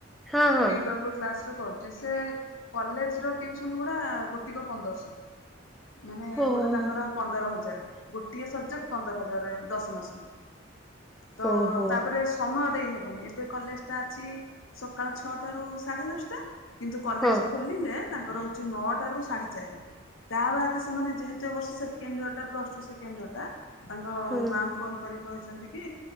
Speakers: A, in the centre; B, on the left.
A: ହଁ ହଁ
B: ପୀଡବ୍ଲୁ କ୍ଲାସରେ କରୁ ଜେ ସେ କଲେଜର ଟିଉସନ୍ ଗୁଡା ଗୋଟିକ ପନ୍ଦରଶହ। ମାନେ
A: ଓହୋ
B: ଗୋଟେ ତାଙ୍କର ପନ୍ଦର ହଜାର। ଗୋଟିଏ ସବଜେକ୍ଟ ପନ୍ଦର ହଜାରେ ଦଶ ମାସକୁ। ତ
A: ଓହୋ
B: ତାପରେ ସୁ ସମୟ ଦେଇ ହବନି ଏବେ କଲେଜଟା ଅଛି ସକାଳ ଛଅଟା ରୁ ସାଢେ ଦଶଟା। କିନ୍ତୁ କଲେଜ
A: ହଁ
B: ଖୋଲିଲେ ତାଙ୍କର ହୋଉଚି ନଅଟା ରୁ ସାଢେ ଚାରି। ତା ବାଦ୍ ସେମାନେ ଯେହେତୁ ଏ ବର୍ଷ ସେକେଣ୍ଡ ଇଅର ଟା ପ୍ଲସ୍ ଟୁ ସେକେଣ୍ଡ ଇଅର ଟା ତାଙ୍କ
A: ହଁ
B: ମାମ୍ ଫୋନ୍ କରିକି କହିଛନ୍ତି କି